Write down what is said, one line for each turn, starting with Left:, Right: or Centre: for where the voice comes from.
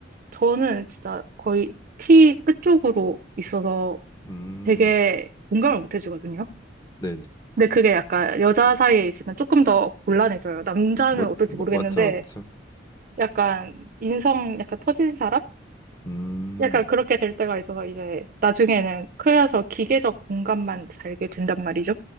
Right: 저는 진짜 거의 T 끝쪽으로 있어서
Left: 음,
Right: 되게 공감을 못 해주거든요.
Left: 네네.
Right: 근데 그게 약간 여자 사이에 있으면 조금 더 곤란해져요. 남자는
Left: 맞,
Right: 어떨지
Left: 맞-
Right: 모르겠는데,
Left: 맞죠, 맞죠.
Right: 약간 인성 약간 터진 사람?
Left: 음,
Right: 약간 그렇게 될 때가 있어서 이제 나중에는 클려서 기계적 공간만 살게 된단 말이죠.